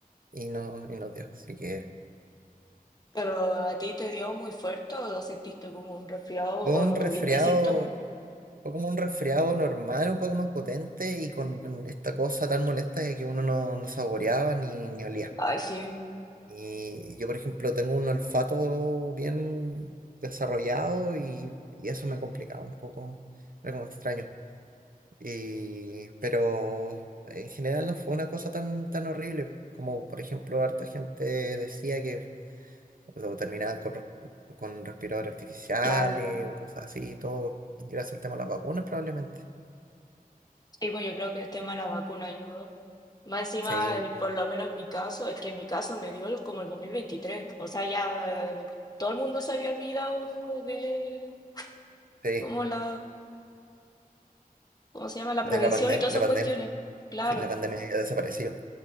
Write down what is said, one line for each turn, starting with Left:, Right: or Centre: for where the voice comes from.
Right: y no, y no dio. Así que...
Left: Pero a ti te dio muy fuerte o sentiste como un resfriado o
Right: Fue un
Left: no
Right: resfriado,
Left: tuviste síntomas.
Right: fue como un resfriado normal, un poco más potente y con esta cosa tan molesta de que uno no, no saboreaba ni, ni olía.
Left: Ay, sí,
Right: Y yo, por ejemplo, tengo un olfato bien desarrollado y, y eso me complicaba un poco, era como extraño. Y, pero en general no fue una cosa tan, tan horrible como, por ejemplo, harta gente decía que o sea, terminaban con, res- con respiradores artificiales
Left: claro.
Right: o cosas así, todo gracias al tema de las vacunas probablemente.
Left: Y pues yo creo que el tema de la vacuna ayudó. Más encima,
Right: Sí,
Left: eh, por lo menos en mi caso, es que en mi caso me dio el- como el dos mil veintitrés O sea, ya eh, todo el mundo se había olvidado de
Right: sí,
Left: como la, ¿cómo se llama? La
Right: de
Left: prevención
Right: la pandemia,
Left: y todas
Right: la
Left: esas
Right: pandemia.
Left: cuestiones. Claro,
Right: Sí, la
Left: pues,
Right: pandemia ya desapareció.